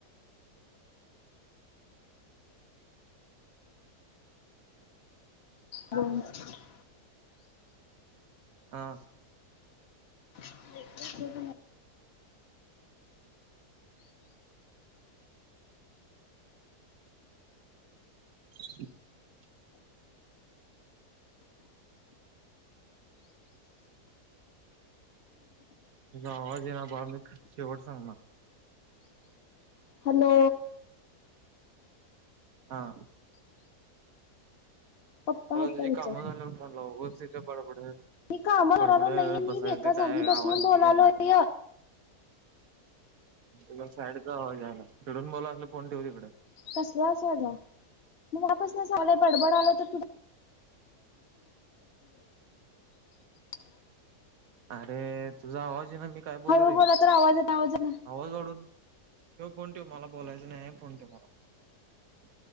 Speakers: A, on the left (about 55°); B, on the right (about 60°).
A: लोन <unintelligible>
B: हां
A: व्हिडिओ
B: <unintelligible> तुझा आवाज ये ना बा मी शेवट सांगणार
A: हॅलो
B: हां
A: पप्पा आहेत
B: आ तुझी
A: का विचारलं
B: काम झाल्यावर फोन उगच इथं बंड बड
A: मी काम करालो
B: बडबडत
A: नाहीये मी
B: बसायच
A: एका
B: ते
A: जागी
B: काय
A: बसून
B: आवाज
A: बोलालोय
B: बि ये ना तुला साईडचा आवाज यायलाय तडून बोला असला फोन ठेव तिकड
A: कसलं असायला मी पासना आलाय बडबडालय त तुझा <unintelligible>
B: अरे तुझा आवाज ये ना मी काय बोलू
A: हळू
B: रे?
A: बोला तर आवाज येत आवाज ना
B: आवाज वाढून ठेव फोन ठेव मला बोलायचं नाही फोन ठेव बाबा